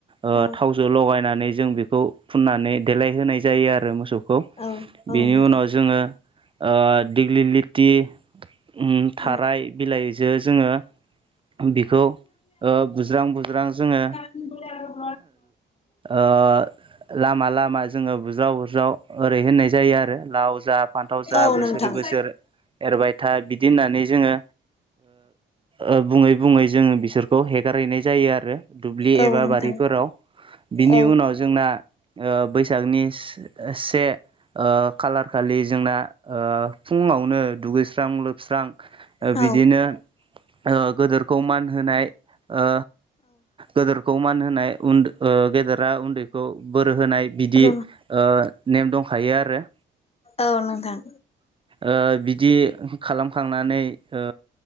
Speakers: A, on the right; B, on the left.
A: ओ
B: औ
A: थावजों लगायनानै जों बेखौ फुननानै देलायहोनाय जायो आरो मोसौखौ
B: औ औ
A: बेनि
B: नोंथां
A: उनाव जोङो ओ दिग्लिलिथि उम थाराय
B: औ
A: बिलाइजो जोङो बिखौ ओ बुज्रां बुज्रां जोङो
B: <inaudible>
A: ओ लामा लामा जोङो बुज्राव बुरज्राव ओरै होननाय जायो आरो लाव जा फान्थाव जा
B: औ
A: बोसोर
B: नोंथां
A: बोसोर एरबाय था बिदि होननानै जोङो ओ बुङै बुङै जोङो बिसोर खौ हेगारहैनाय जायो आरो दुब्लि
B: औ
A: एबा
B: नोंथां
A: बारिफोराव बिनि
B: औ
A: उनाव जोंना ओ बैसागनि से ओ खालार खालि जोंना ओ फुंङावनो दुगैस्रां लो स्रां ओ बिदिनो
B: औ
A: ओ गोदोखौ मान होनाय ओ गोदोरखौ मान होनाय उन ओ गेदेरा उन्दैखौ बोर होनाय बिदि
B: र'
A: ओ नेम दंखायो आरो
B: औ नोंथां।
A: ओ बिदि खालामखांनानै ओ